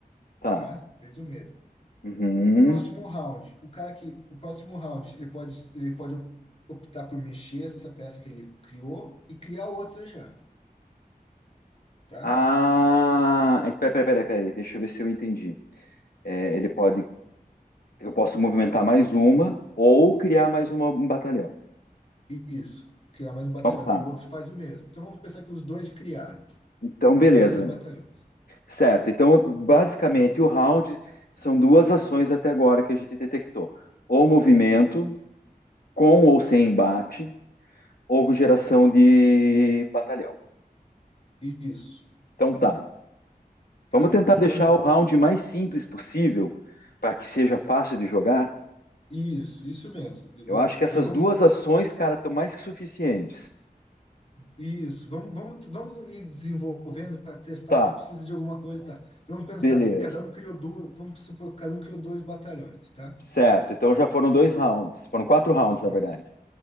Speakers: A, on the left; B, on the left.
A: tá.
B: tá? Fez o mesmo.
A: Uhum.
B: Próximo round, o cara que o próximo round ele pode ele pode optar por mexer essa peça que ele criou e criar outra já, tá?
A: Ah, é, peraí, peraí, peraí, peraí, deixa eu ver se eu entendi. É, ele pode, eu posso movimentar mais uma ou criar mais uma, um batalhão.
B: E Isso, criar mais um batalhão.
A: Então Tá.
B: E o outro faz o mesmo. Então vamos pensar que os dois criaram,
A: Então,
B: cada
A: beleza.
B: um dois batalhões.
A: Certo, então basicamente o round são duas ações até agora que a gente detectou: ou movimento, com ou sem embate, ou geração de batalhão.
B: Isso,
A: Então tá,
B: tá?
A: vamos tentar
B: Então
A: deixar o round mais simples possível para que seja fácil de jogar.
B: Isso, isso mesmo. E vo-
A: Eu acho que essas
B: de- Vamos,
A: duas ações, cara, estão mais que suficientes.
B: isso, vamos, vamos, vamos ir desenvolvendo para testar
A: Tá,
B: se precisa de alguma coisa, tá? Então vamos pensar,
A: beleza.
B: de- cada um criou duas, vamos supor que cada um criou dois batalhões, tá?
A: Certo, então já foram dois
B: Fa-
A: rounds, foram quatro rounds
B: Isso,
A: na verdade.